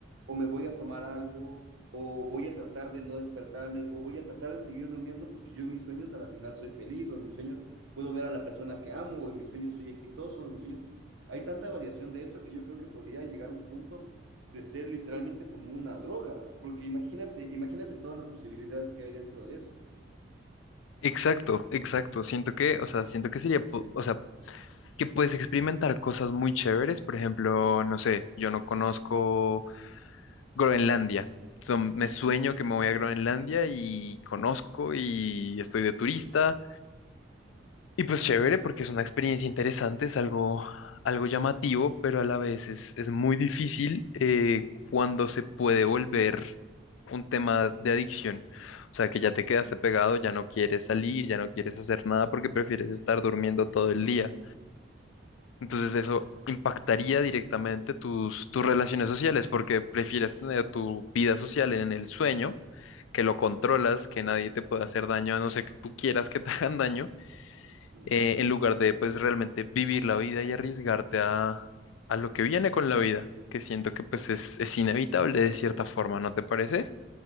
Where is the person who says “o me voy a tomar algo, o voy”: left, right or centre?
Right